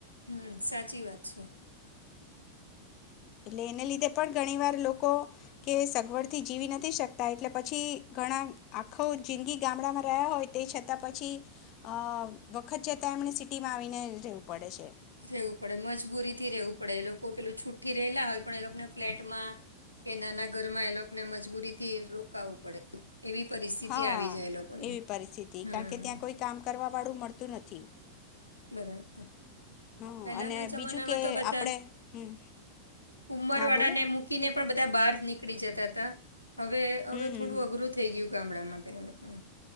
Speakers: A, on the left; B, on the left.
A: હમ સાચી વાત છે.
B: એટલે એને લીધે પણ ઘણી વાર લોકો કે સગવડથી જીવી નથી શકતા એટલે પછી ઘણા આખો જિંદગી ગામડામાં રહ્યા હોય તે છતાં પછી અ વખત જતા એમણે સિટીમાં આવીને રહેવું પડે છે.
A: રહેવું પડે મજબૂરીથી રહેેવું પડે એ લોકો પેલું છુઠ્ઠી રહેલા હોય પણ એ લોકને ફ્લેટમાં કે નાના ઘરમાં એ લોકને મજબૂરી થી રોકાવવું પડે. એવી પરિસ્થિતિ
B: હા
A: આવી જાય એ લોકોને
B: એવી પરિસ્થિતિ
A: હમ
B: કારણ કે ત્યાં કોઈ કામ કરવા વાળું મળત નથી.
A: બરાબર
B: હા
A: પેલાના
B: અને
A: જમાનામાં
B: બીજું કે
A: તો બધા
B: આપણે હમ
A: ઉમર
B: હા
A: વાળાને
B: બોલો
A: મૂકીને પણ બધા બહાર નીકળ પકડી જત હતા. હવે
B: હમ
A: હવે
B: હમ
A: થોડું અઘરું થઈ ગયું. ગામડા માટે એ લોકોને